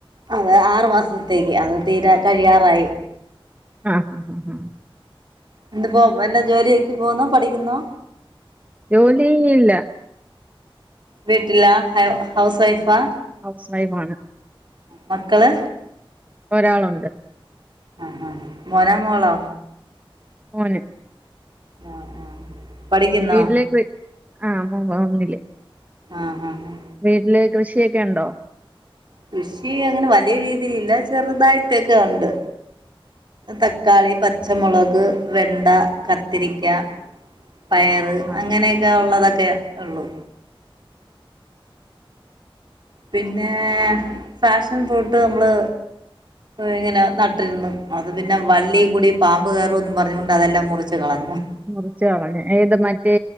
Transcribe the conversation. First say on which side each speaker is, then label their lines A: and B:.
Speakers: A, on the right; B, on the right.
A: അത് ആറു മാസത്തേക്ക് അത് തീരാ കഴിയാറായി
B: ആഹ് ഹാ ഹാ
A: എന്തു പോ വല്ല ജോലിക്കു പോകുന്നോ പഠിക്കുന്നോ?
B: ജോലി ഇല്ല
A: വീട്ടിലാ ഹൗ ഹൗസ് വൈഫാ
B: ഹൗസ് വൈഫാണ്
A: മക്കള്
B: ഒരാളുണ്ട്
A: ആ ആ മോനാ മോളോ
B: മോന്
A: ആ ആ ആ പഠിക്കുന്നോ
B: വീട്ടിലേക്ക് ആഹ് അവൻ ഒന്നില്
A: ആഹ് ആഹ് ആഹ്
B: വീട്ടില് കൃഷിയൊക്കെ ഉണ്ടോ
A: കൃഷി അങ്ങനെ വലിയ രീതിയിലില്ല ചെറുതായിട്ടൊക്കെ ഉണ്ട് തക്കാളി പച്ചമുളക് വെണ്ട കത്തിരിക്ക പയറ്
B: ആഹ്
A: അങ്ങനെയൊക്കെ ഉള്ളതൊക്കെ ഉള്ളു പിന്നെ ഫാഷൻ ഫ്രൂട്ട് നമ്മള് ഇങ്ങനെ നട്ടിരുന്നു അത് പിന്നെ വള്ളിയിൽ കൂടി പാമ്പ് കയറുമെന്ന് പറഞ്ഞുകൊണ്ട് അതെല്ലാം മുറിച്ച് കളഞ്ഞു
B: മുറിച്ച് കളഞ്ഞു ഏത് മറ്റേ